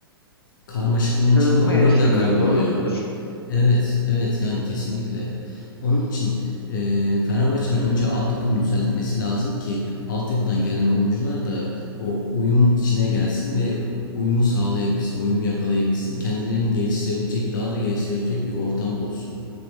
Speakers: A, on the left; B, on the left.
A: karmaşıklığın
B: Kırılma
A: içinde onlar
B: yaşanıyor,
A: da kayboluyor.
B: doğru mudur?
A: Evet, evet yani kesinlikle. Onun için e, Fenerbahçe'nin önce A takımı düzeltmesi lazım ki altyapıdan gelen oyuncular da o uyum içine gelsin ve uyumu sağlayabilsin, uyumu yakalayabilsin. Kendilerini geliştirebilecek, daha da geliştirebilecek bir ortam bulsun.